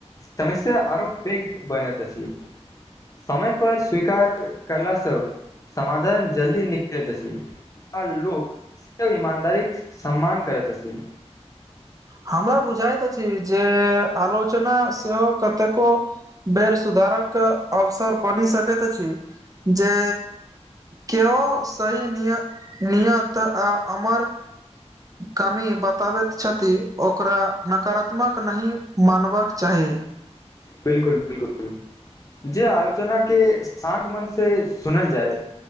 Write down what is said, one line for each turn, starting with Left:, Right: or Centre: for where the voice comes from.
Left: समस्या आरो पेघ बनैत अछि समयपर स्वीकार कयलासँ समाधान जल्दी निकलैत अछि आ लोक से इमानदारी सम्मान करैत अछि
Right: हमरा बुझाइत अछि जे आलोचना सेहो कतेको बेर सुधारक अवसर बनि सकत छी जे केओ सही निय नियत आ अमर कमी बताबैत छथि ओकरा नकारात्मक नहि मानबाक चाही
Left: बिलकुल बिलकुल जे आलोचना के शान्त मन से सुनल जाय